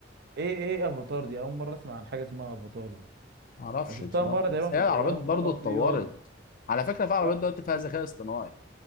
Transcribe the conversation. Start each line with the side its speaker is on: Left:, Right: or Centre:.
Right: ايه ايه افاتار دي اول مره اسمع عن حاجه اسمها افاتار دي
Left: ما اعرفش
Right: انا شفتها
Left: بصراحه
Right: مره
Left: بس
Right: تقريبا في
Left: هي
Right: ك-
Left: العربيات
Right: يا نهار
Left: برضو
Right: ابيض
Left: اتطورت على فكره في عربيات
Right: يا-
Left: دلوقتي فيها ذكاء اصطناعي